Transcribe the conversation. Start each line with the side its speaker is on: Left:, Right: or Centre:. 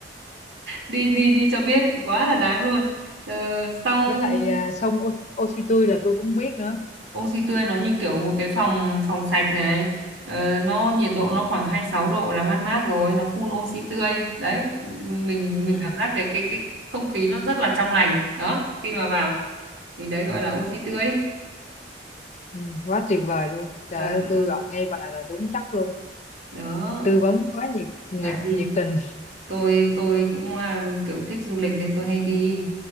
Right: đi đi đi cho biết quá là đáng luôn ờ,
Left: <laughs>
Right: xong
Left: Với lại ờ, sông Ô, Ô Chi Tui là tôi cũng biết nữa.
Right: oxy tươi nó như kiểu một cái phòng phòng sạch này ờ, nó nhiệt độ nó khoảng 26 độ là mát mát rồi nó phun oxy tươi đấy mình
Left: Ừ.
Right: mình cảm giác cái cái cái không khí nó rất là trong lành đó khi mà vào thì đấy gọi là oxy tươi
Left: Ừ. Quá tuyệt vời luôn. Trời
Right: Ờ,
Left: ơi tôi
Right: ờ,
Left: gọi ngay bà là đúng chắc luôn.
Right: đó
Left: Tư vấn quá nhiệt nhiệt
Right: tại vì
Left: nhiệt tình.
Right: tôi tôi cũng à, kiểu thích du lịch nên tôi hay đi